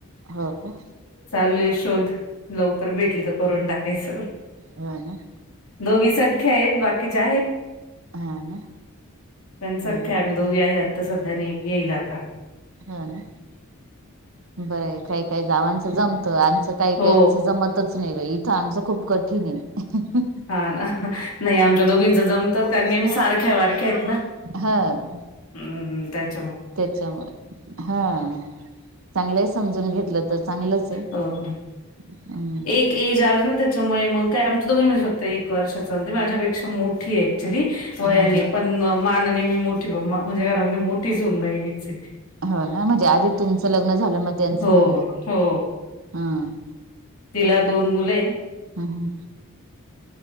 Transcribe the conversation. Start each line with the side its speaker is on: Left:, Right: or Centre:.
Right: हो का?
Left: चालू आहे शोध लवकर भेटली तर करून टाकायचं.
Right: होय ना?
Left: दोघी सख्या आहेत बाकीच्या आहेत
Right: हो ना
Left: पण सख्या
Right: हो ना हो ना
Left: आम्ही दोघी आहे आत्ता सध्या आणि एक येईल आता.
Right: हो ना? बरं आहे काही काही जावांचं जमतं आमचं काही
Left: हो
Right: काहींच जमतच नाही बाई. इथं आमचं खूप कठीण आहे.
Left: हां ना. नाही आमच्या दोघींचं जमतं कारण की आम्ही सारख्या वारक्या आहेत ना.
Right: हां.
Left: हम्म, त्यात
Right: त्याच्यामुळं हां चांगलंय समजून घेतलं तर चांगलंच आहे.
Left: हो
Right: <unintelligible>
Left: एक एज आला ना त्याच्यामुळे मग काय आमचं <unintelligible> एक वर्षाचं ती माझ्यापेक्षा मोठी आहे ऍक्च्युली. होय
Right: ह
Left: मी
Right: ह
Left: पण मानाने मी मोठी बघ म म्हणजे घरामध्ये मोठी सुनबाई मीच हे.
Right: हो ना म्हणजे आधी तुमचं लग्न झालं मग त्यांचं
Left: हो,
Right: झालं?
Left: हो
Right: हं.
Left: तिला दोन मुलं आहे.
Right: हं हां.